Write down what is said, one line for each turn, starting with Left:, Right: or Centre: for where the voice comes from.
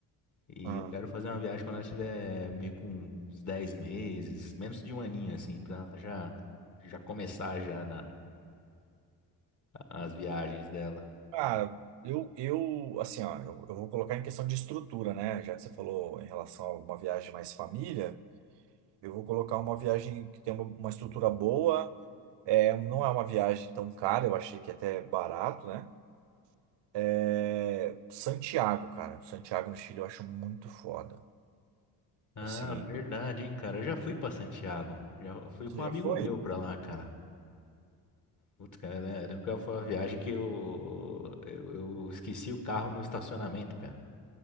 Left: E
Right: Ah,
Left: eu quero fazer uma viagem quando ela tiver meio com uns 10 meses, menos de um aninho, assim, pra já, já começar já na, as viagens dela.
Right: cara, eu, eu, assim, ó, eu, eu vou colocar em questão de estrutura, né? Já que você falou em relação a uma viagem mais família, eu vou colocar uma viagem que tem uma, uma estrutura boa. É, não é uma viagem tão cara, eu achei que é até barato, né? É, Santiago, cara. Santiago no Chile eu acho muito foda.
Left: Ah,
Right: Assim,
Left: verdade, hein, cara. Eu já fui pra Santiago. Já fui
Right: você
Left: com um
Right: já
Left: amigo
Right: foi?
Left: meu pra lá, cara. Putz, cara, eu le- eu lembro que foi uma viagem que eu, eu, eu esqueci o carro no estacionamento, cara.